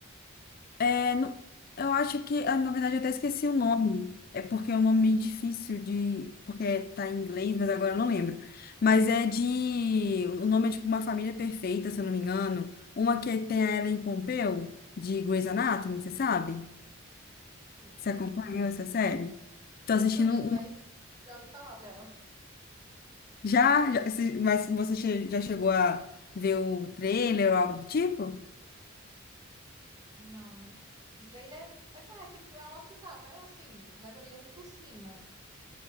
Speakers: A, on the left; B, on the right.
A: É, no- eu acho que, ah, na verdade, eu até esqueci o nome. É porque é um nome meio difícil de. Porque tá em inglês, mas agora eu não lembro. Mas é de. O nome é tipo Uma Família Perfeita, se eu não me engano. Uma que tem a Ellen Pompeu, de Grey's Anatomy, você sabe?
B: Sim,
A: Você acompanhou essa série? Tô
B: nunca
A: assistindo
B: vi,
A: uma.
B: mas já ouvi falar dela.
A: Já? já- se- mas você che- já chegou a ver o trailer ou algo do tipo?
B: Não. O trailer, já é tipo, é um hospital, né? Assim, mas eu vi muito por cima.